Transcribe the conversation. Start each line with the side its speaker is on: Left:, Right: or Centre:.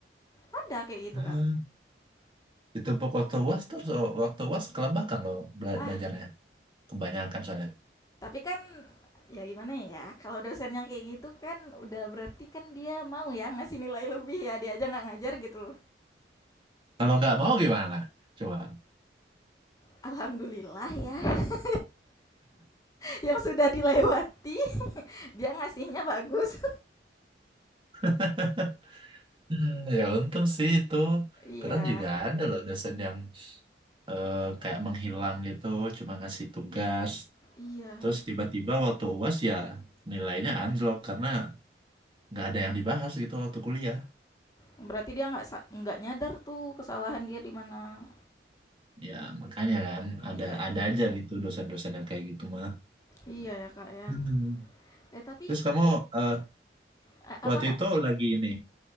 Left: Ada kayak gitu,
Right: Hmm.
Left: Kak.
Right: Ditumpuk waktu UAS terus oh, waktu UAS kelembakan loh bela-
Left: Ah,
Right: belajarnya. Kebanyakan soalnya.
Left: tapi kan ya gimana ya, kalau dosennya kayak gitu kan udah berarti kan dia mau ya ngasih nilai lebih ya, dia aja nggak ngajar gitu.
Right: Kalau nggak mau gimana? Coba.
Left: Alhamdulillah ya, <laughs> yang sudah dilewati dia ngasihnya bagus. <laughs>
Right: <laughs> Ya untung sih itu.
Left: Iya.
Right: Kadang juga ada loh dosen yang eh, kayak menghilang gitu, cuma ngasih tugas.
Left: Iya.
Right: Terus tiba-tiba waktu UAS ya nilainya anjlok karena nggak ada yang dibahas gitu waktu kuliah.
Left: Berarti dia nggak sa- nggak nyadar tuh kesalahan dia di mana.
Right: Ya, makanya kan ada
Left: Iya,
Right: ada aja gitu dosen-dosen yang kayak gitu mah.
Left: iya ya, Kak, ya.
Right: Hmm.
Left: Eh, tapi,
Right: Terus kamu eh,
Left: eee, apa,
Right: waktu
Left: Kak,
Right: itu lagi ini,